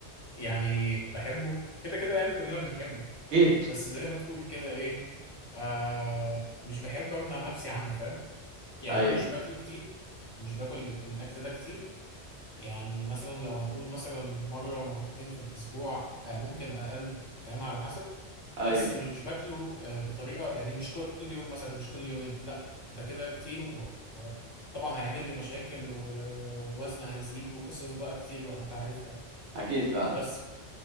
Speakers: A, on the left; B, on the right.
A: يعني بحبه وكده كده يعني كلنا بنحبه
B: اكيد
A: بس زي ما تقول كده ايه آه مش بحب امنع نفسي عنه فاهم يعني
B: ايوه
A: انا مش باكله كتير مش باكل الاكل ده كتير يعني مثلا لو هنقول مثلا مره مرتين في الاسبوع آه ممكن اقل فاهم على حسب
B: ايوه
A: بس مش باكله آه، بطريقه يعني مش كل يوم مثلا مش كل يومين لا ده كده كتير و- وطبعا هيعمل لي مشاكل والوزن هيزيد وقصص بقى كتير بقى انت عارفها يعني.
B: اكيد فعلا
A: بس